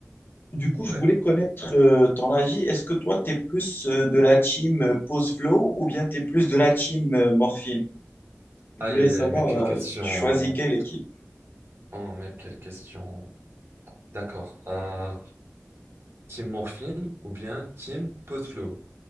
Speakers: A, on the left; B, on the right.
A: du coup, je
B: ouais.
A: voulais connaître euh, ton avis. Est-ce que toi, tu es plus euh, de la team euh, Pause Flow ou bien tu es plus de la team euh, Morphine? Je
B: Aïe,
A: voulais
B: aïe,
A: savoir,
B: aïe, mais quelle
A: euh,
B: question.
A: tu choisis quelle équipe?
B: Oh, mais quelle question. D'accord. Euh, team Morphine ou bien team Podflow,